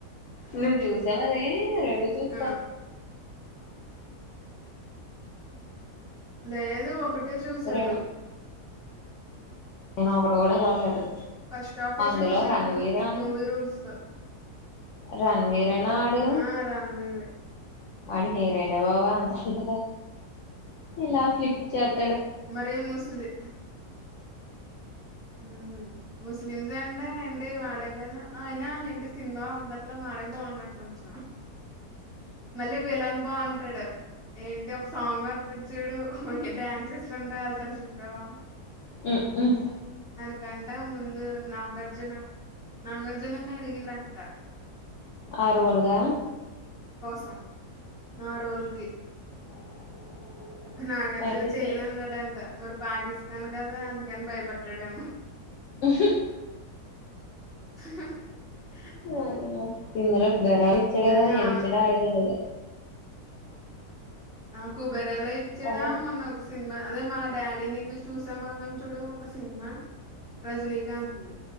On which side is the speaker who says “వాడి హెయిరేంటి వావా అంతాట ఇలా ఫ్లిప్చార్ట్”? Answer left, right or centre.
Left